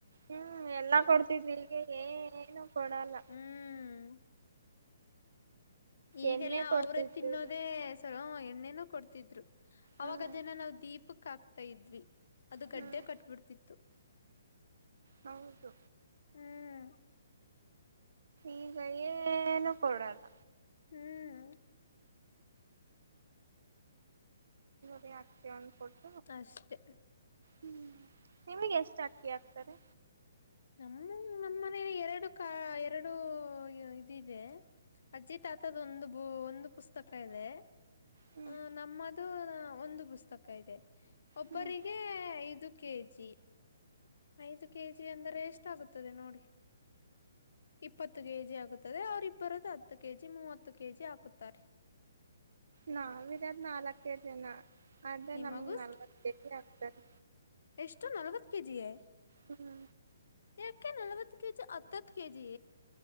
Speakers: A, on the right; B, on the left.
A: ಹ್ಮ್ ಎಲ್ಲಾ ಕೊಡ್ತಿದ್್ರಿ ಈಗ ಏನು ಕೊಡಲ್ಲ
B: ಹ್ಮ್ ಈಗೆಲ್ಲ
A: ಎಣ್ಣೆ ಕೊಡ್ತಿದ್ರು
B: ಅವ್ರೇ ತಿನ್ನೋದೇ ಸರೋ ಎಣ್ಣೆನ ಕೊಡ್ತಿ ಅವಾಗ
A: ಹ್ಮ್
B: ಅದೇನ ನಾವ್ ದೀಪಕ್ ಹಾಕ್ತಾ ಇದ್ವಿ ಅದು ಗಡ್ಡೆ
A: ಹ್ಮ್
B: ಕಟ್ಬಿಡ್ತಿ ಮತ್ತು
A: ಹೌದು
B: ಹ್ಮ್
A: ಈಗ ಏನು ಕೊಡಲ್ಲ
B: ಹ್ಮ್
A: ದ ಆಚಡ್ತ
B: ಅಷ್ಟೇ
A: ಹ್ಮ್ ನಿಮಗೆ ಎಷ್ಟು ಅಕ್ಕಿ ಆಗ್ತಾರೆ
B: ನಮ್ಮ ನಮ್ಮ ಮನೇಲಿ ಎರಡು ಕ ಎರಡು ಇದದೆ ಅಜಿತ್ ಆತದ ಒಂದು ಬ ಒಂದು ಪುಸ್ತಕ ಇದೆ
A: ಹ್ಮ್
B: ಹ ನಮ್ಮದು ಒಂದು ಪುಸ್ತಕ ಇದೆ ಒಬ್ಬರಿಗೆ
A: ಹ್ಮ್
B: ಇ ಕೆಜಿ ಐದು ಕೆಜಿ ಅಂದರೆ ಎಷ್ಟ ಆಾಗುತ್ತದೆ ನೋಡಿ ಇಪ್ಪತ್ತು ಕೆ ಜಿ ಆಗುತ್ತದೆ ಅವ್ರ ಇಬ್ಬರ್ದ ಹತ್ತು ಕೆ ಜಿ ಮೂವತ್ತು ಕೆ ಜಿ ಹಾಕುತ್ತಾರೆ
A: ನಾಾವರಾದ್ ನಾಲ್ಕು ಕೆ ಜಿನಾ ಆದೇ
B: ನಿಮಗೂ
A: ನಮ್ಗೆ ನಲ್ವತ್ತು ಕೆ ಜಿ ಆಗ್ತಾರೆ
B: ಎಷ್ಟೋ ನಲ್ವತ್ತು ಕೆ ಜಿೇ
A: ಹ್ಞೂ
B: ಯಾಕ ನಲ್ವತ್ತು ಕೆಜಿ ಹತ್ತತ್ತು ಕೆಜಿ